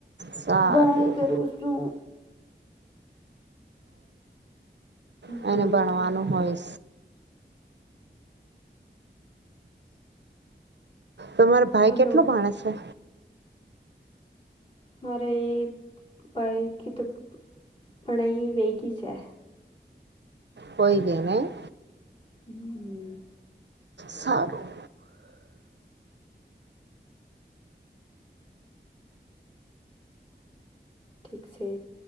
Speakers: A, on the right; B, on the left.
A: સારું
B: ભણાઈ કરો સું
A: હ
B: હમ
A: એને ભણવાનું હોય તો મારા ભાઈ
B: હલો
A: કેટલો ભણે છે
B: મારે એ પઇકી તો પણાઈ વેગી છે
A: હોય ગને
B: હમ
A: સારું
B: ઠીક છે